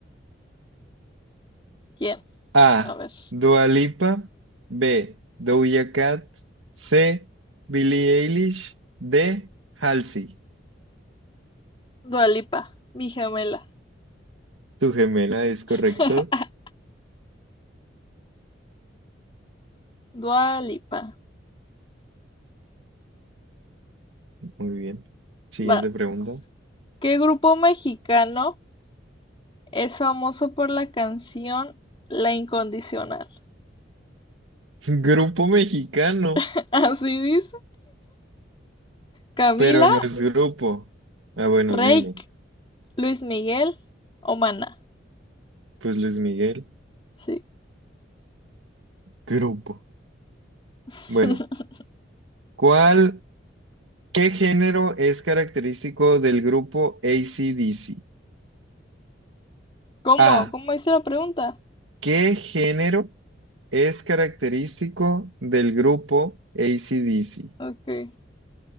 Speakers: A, on the left; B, on the right.
A: ¿Quién?
B: A.
A: A ver.
B: Dua Lipa. B. Doja Cat. C. Billie Eilish. D. Halsey.
A: Dua Lipa, mi gemela.
B: Tu gemela es correcto.
A: <laughs> Dua Lipa.
B: Muy bien. Siguiente
A: Vas.
B: pregunta.
A: ¿Qué grupo mexicano es famoso por la canción La Incondicional?
B: <laughs> Grupo mexicano,
A: <laughs> Así dice. Camila,
B: pero no es grupo. Ah, bueno,
A: Reik,
B: dime.
A: Luis Miguel o Maná.
B: Pues Luis Miguel,
A: Sí.
B: grupo.
A: <laughs>
B: Bueno, ¿cuál, qué género es característico del grupo AC/DC?
A: ¿Cómo?
B: A.
A: ¿Cómo hice la pregunta?
B: ¿Qué género es característico del grupo AC/DC?
A: Ok.